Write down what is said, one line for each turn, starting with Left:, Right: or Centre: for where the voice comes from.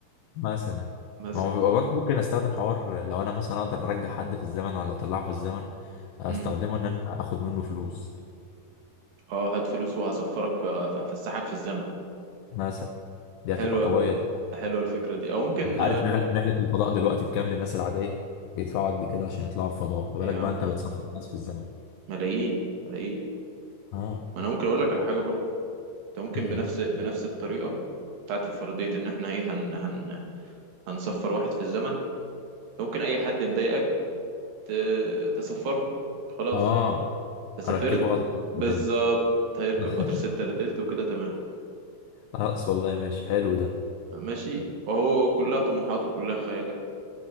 Left: مثلا
Right: مثلا
Left: ما هو بيبقى برضه ممكن استخدم حوار لو انا مثلا اقدر ارجع حد في الزمن ولا اطلعه في الزمن استخدمه
Right: امم
Left: ان انا اخد منه فلوس
Right: اه هات فلوس وهسفرك و- ف- هفسحك في الزمن
Left: مثلا دي
Right: حلوه
Left: هتبقى قويه دي
Right: حلوه الفكره دي او ممكن
Left: انت عارف رحله رحلة الفضاء دلوقتي بكام للناس العاديه بيدفعوا قد كده عشان يطلعوا الفضاء ما
Right: ايه
Left: بالك
Right: يا عم
Left: بقى انت بتسافر
Right: م-
Left: الناس في الزمن
Right: ملايين ملايين
Left: اه
Right: ما انا ممكن اقول لك على حاجه برضه انت ممكن
Left: امم
Right: بنفس بنفس الطريقه بتاعت الفرضيه ان احنا ايه هن هن هنصفر واحد في الزمن انت ممكن اي حد مضايقك ت- تسفره خلاص
Left: اه <laughs>
Right: انت سافرت
Left: اركبه اصلا
Right: بالظبط
Left: تلت
Right: هيركب
Left: <laughs>
Right: قطر ستة إلا تلت وكده تمام
Left: اقص والله ماشي حلو ده
Right: ماشي وهو كلها طموحات وكلها خيالات